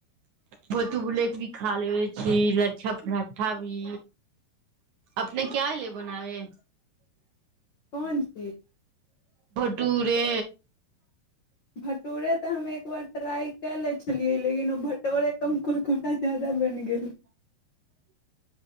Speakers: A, on the right; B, on the left.
A: भोती बुले के भी खा ले छी लच्छा पराठा भी अपने क्य ले बनावे
B: पन ची
A: टुरे
B: भटोरे तऽ हम एकबार ट्राइ क ले छलियै लेकिन ओ भटोरे कमकुरकुर क जादाा बन गेल